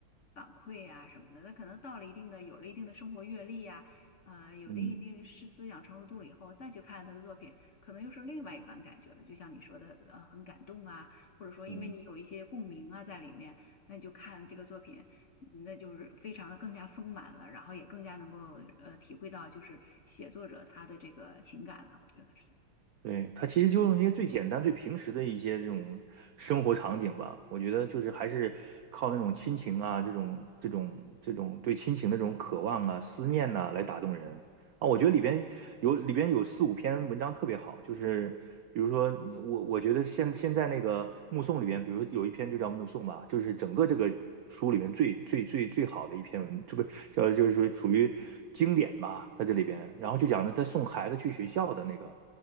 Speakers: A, on the left; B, on the right.
A: 反馈啊什么的。那可能到了一定的，有了一定的生活阅历呀、呃，有的一定的是思想成熟度了以后，
B: 嗯
A: 再去看他的作品，可能又是另外一番感觉了。就像你说的，呃，很感动啊，或者说因为你有一些共鸣啊在里面。
B: 嗯，
A: 那你就看这个作品，那就是非常的更加丰满了，然后也更加能够呃体会到就是写作者他的这个情感了，我觉得是。
B: 对，他其实就用这些最简单、最平时的一些这种生活场景吧，我觉得就是还是靠那种亲情啊，这种这种这种对亲情的这种渴望啊、思念呐、来打动人，啊，我觉得里边有里边有四五篇文章特别好，就是比如说你我我觉得现现在那个目送里边，比如有一篇就叫目送吧，就是整个这个书里面最最最最好的一篇文，这不叫就是说属于经典吧，在这里边，然后就讲了他送孩子去学校的那个